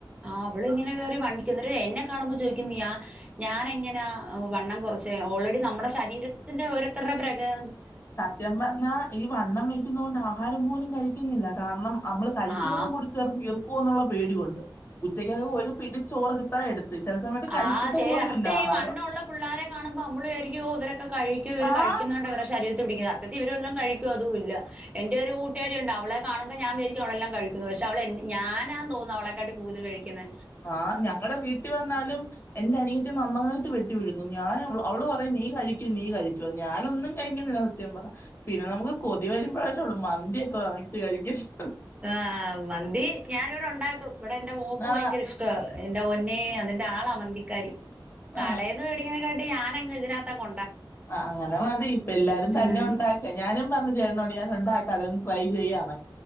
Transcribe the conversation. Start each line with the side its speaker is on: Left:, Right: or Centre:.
Right: ആ അവള് ഇങ്ങനെ കേറി വണ്ടിക്കന്നി എന്നെ കാണ്ബോ ചോദിക്കുന്നിയ ഞാനെങ്ങനാ വണ്ണം കുറച്ചേ ഓൾറെഡി നമ്മുടെ ശരീരത്തിന്റെ ഓരോരുടെതരുടെ പ്രകൃ
Left: സത്യം പറഞ്ഞാ ഈ വണ്ണം വെക്കുന്നോണ്ട് ആഹാരം പോലും കഴിക്കുന്നില്ല. കാരണം നമ്മള് കഴിക്കുന്നതും
Right: ആ
Left: കൂടി ചേർന്ന് വീർക്കുവോന്നുള്ള പേടികൊണ്ട് ഉച്ചക്കൊക്കെ ഒരു പിടിച്ചോറെടുത്താ എടുത്ത്. ചില സമയത്ത് കഴിക്കത്ത
Right: ആഹ് ശരി
Left: പോലും
Right: അഹത്തേ
Left: ഇല്ല ആഹാരം.
Right: ഈ വണ്ണള്ള പിള്ളോരെ കാണുമ്പോ നമ്മള് വിചാരിക്കും ഓ ഇവരൊക്കെ കഴിക്കോ ഇവർ
Left: ആ
Right: കഴിക്കുന്ന <inaudible> ശരീര പിടിക്കുന്നത്. അത്തത്തിവരെല്ലാം കഴിക്കുവോ അതുല്ല. എന്റെ ഒരു കൂട്ടുകാരിണ്ട് അവളെ കണുമ്പോ ഞാൻ വിചാരിക്കും അവളെല്ലാം കഴിക്കുക്കുന്നു പക്ഷേ പക്ഷെ അവളെ ഞാനാ തോന്നും അവളെക്കാട്ടിം കൂടുതൽ കഴിക്കുന്നേ.
Left: ആ ഞങ്ങടെ വീട്ടിൽ വന്നാലും എന്റെ അനിയത്തി നന്നായിട്ട് വെട്ടി വിഴുങ്ങു. ഞാ അവള് പറയും നീ കഴിക്കും നീ കഴിക്കുംന്ന് ഞാനൊന്നും കഴിക്കുന്നില്ല സത്യംപറ. പിന്നെ നമുക്ക് കൊതി വരുമ്പോഴല്ലേള്ളൂ മന്തിയൊക്കെ വാങ്ങിച്ച് കഴിക്കുന്ന്.
Right: ആ മന്തി ഞാനിവിടെ ഉണ്ടാക്കും. ഇവിടെ എൻന്റെ മോക്ക്
Left: ആ
Right: ഭയങ്കര ഇഷ്ട എന്റെപൊന്നെ അതിന്റെളാ മന്തിക്കാരി കടയിന്ന്
Left: ആ
Right: മേടിക്കതിനെക്കാട്ടി ഞാനങ് ഇതിനകതൊണ്ടക്കു
Left: ആ അങ്ങനെ മതി ഇപ്പ എല്ലാരും തന്നെ
Right: ഉം
Left: ഉണ്ടാക്ക ഞാനും പറഞ്ഞു ചേരണോ <unintelligible> പലതും ട്രൈ ചെയ്യാണ്.